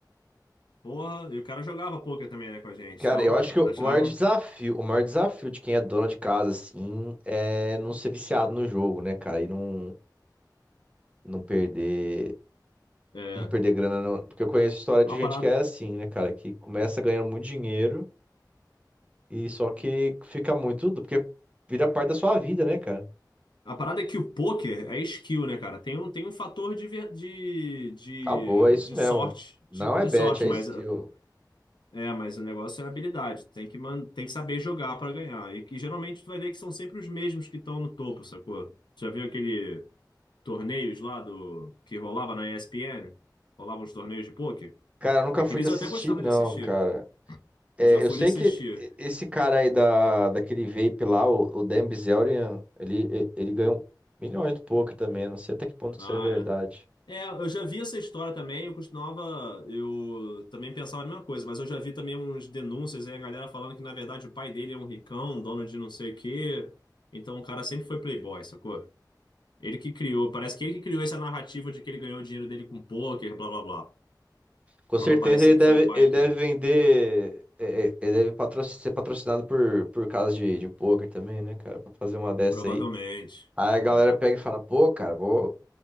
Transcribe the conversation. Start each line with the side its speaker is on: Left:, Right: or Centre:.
Left: Porra, e o cara jogava pôquer também, né, com a gente.
Right: Cara,
Left: Então,
Right: eu acho que o
Left: ainda
Right: maior
Left: tirava.
Right: desafio, o maior desafio de quem é dono de casa, assim, é não ser viciado no jogo, né, cara? E não, não perder,
Left: É,
Right: não perder grana, não. Porque eu conheço história de
Left: a
Right: gente
Left: parada,
Right: que é assim, né, cara? Que começa ganhando muito dinheiro. E só que fica muito, porque vira parte da sua vida, né, cara?
Left: A parada é que o poker é skill, né, cara? Tem um, tem um fator de, ver- de, de,
Right: Acabou, é isso
Left: de
Right: mesmo.
Left: sorte,
Right: Não
Left: de, de
Right: é bet,
Left: sorte,
Right: é skill.
Left: mas ah, é, mas o negócio é habilidade. Tem que, man, tem que saber jogar pra ganhar. E que geralmente tu vai ver que são sempre os mesmos que estão no topo, sacou? Tu Já viu aquele torneios lá do que rolava na ESPN? Rolavam os torneios de poker?
Right: Cara, eu nunca
Left: Aqueles
Right: fui de assistir,
Left: eu até gostava
Right: não,
Left: de assistir.
Right: cara. É,
Left: Eu já fui
Right: eu sei
Left: de assistir.
Right: que esse cara aí da, daquele vape lá, o, o Dan Bilzerian, ele, ele, ele ganhou milhões do poker também. Não sei até que ponto
Left: Ah,
Right: isso é verdade.
Left: é. É, eu já vi essa história também, eu costumava, eu também pensava a mesma coisa, mas eu já vi também uns denúncias aí, a galera falando que na verdade o pai dele é um ricão, um dono de não sei o quê, então o cara sempre foi playboy, sacou? Ele que criou, parece que ele que criou essa narrativa de que ele ganhou o dinheiro dele com pôquer, blá blá blá,
Right: Com
Left: pra
Right: certeza
Left: não parecer
Right: ele deve,
Left: que foi o pai
Right: ele deve
Left: que,
Right: vender. é, é, Ele deve patro- ser patrocinado por, por casas de, de poker também, né, cara? Pra fazer uma dessa
Left: provavelmente,
Right: aí. Aí a galera
Left: é.
Right: pega e fala, pô, cara, vou.